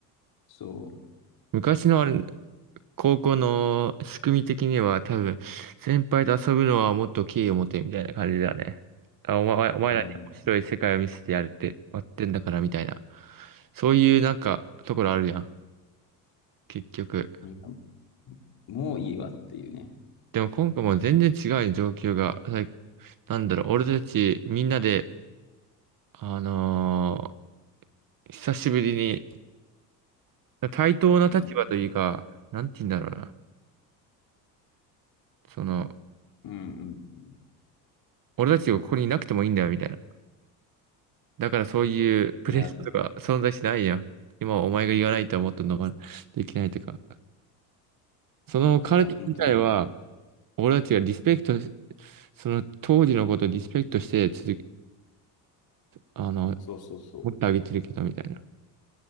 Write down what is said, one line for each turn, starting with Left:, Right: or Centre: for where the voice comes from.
Left: そ
Right: 昔のあれ、高校の仕組み的には多分、先輩と遊ぶのはもっと敬意を持てみたいな感じだよね。あ、お前、お前らに面白い世界を見せてやるって、
Left: う。いや、
Right: 割ってんだからみたいな。そういうなんか、ところあるやん。結局。
Left: 今もういいわっていうね。
Right: でも今回もう全然違うよ状況が。はいなんだろう、俺たちみんなで、あのー久しぶりに、対等な立場というか、
Left: うん、
Right: なんて言うんだろうな。その、
Left: うん、うん。
Right: 俺たちがここにいなくてもいいんだよみたいな。だからそういうプレスとか存在しないやん。
Left: いや、
Right: 今はお前が言わないとはもっと飲まないといけないとか。そのカルテ自体は、
Left: いや、本当に。
Right: 俺たちがリスペクトし、その当時のことをリスペクトして続け、あの、
Left: そうそうそう。
Right: 持ってあげてるけどみたい